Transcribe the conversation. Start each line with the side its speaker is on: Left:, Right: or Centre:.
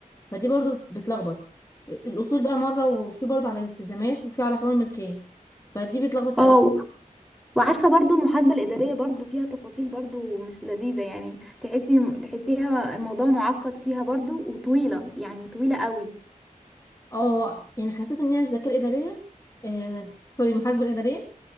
Left: فدي برضو بتلخبط الاصول بقى مره وفي برضو على الالتزامات وفي على حقوق الملكيه فدي بتلخبط
Centre: اه
Left: قوي
Centre: و- وعارفه برضو المحاسبه الاداريه برضو فيها تفاصيل برضو مش لذيذه يعني تحسي تحسيها الموضوع معقد فيها برضو وطويله يعني طويله قوي
Left: اه يعني حسيت ان هي الزكاه الاداريه آه سوري المحاسبه الاداريه